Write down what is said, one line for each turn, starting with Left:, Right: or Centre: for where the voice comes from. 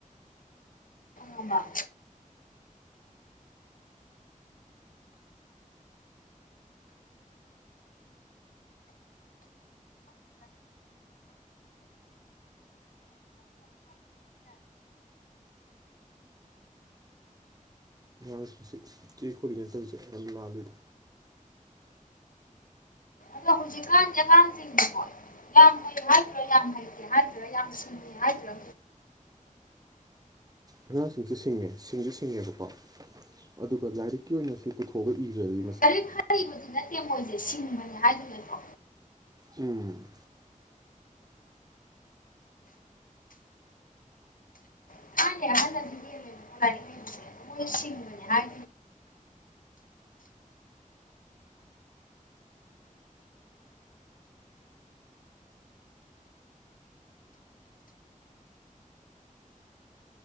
Left: ꯃꯥꯃ
Right: ꯑꯛꯄꯁꯤ ꯆꯦ ꯈꯣꯜꯂꯤꯉꯩꯇꯪꯁꯦ ꯌꯥꯝ ꯂꯥꯜꯂꯤꯗ
Left: ꯑꯗꯣ ꯍꯧꯖꯤꯛꯀꯥꯟ ꯑꯉꯥꯡꯁꯤꯡꯗꯤ ꯍꯣꯏ ꯌꯥꯝ ꯍꯩ ꯍꯥꯏꯗ꯭ꯔꯥ ꯌꯥꯝ ꯍꯩꯇꯦ ꯍꯥꯏꯗ꯭ꯔꯥ ꯌꯥꯝ ꯎ ꯍꯥꯏ ꯂ
Right: ꯑꯉꯥꯡꯁꯤꯡꯁ ꯁꯤꯡꯉꯦ ꯁꯤꯡꯁꯨ ꯁꯤꯡꯉꯦꯕꯀꯣ ꯑꯗꯨꯒ ꯂꯥꯏꯔꯤꯛꯀꯤ ꯑꯣꯏꯅ ꯁꯤ ꯄꯨꯊꯣꯛ ꯊꯣꯛ ꯏꯈ꯭ꯔꯗꯤ
Left: ꯀꯔꯤ ꯐꯔꯤꯕꯗꯤ ꯅꯠꯇꯦ ꯃꯣꯏꯁꯦ ꯁꯤꯡꯕꯅꯦ ꯍꯥꯏꯗꯨꯅꯀꯣ
Right: ꯎꯝ
Left: <unintelligible> ꯃ ꯅꯦ ꯍꯥꯏ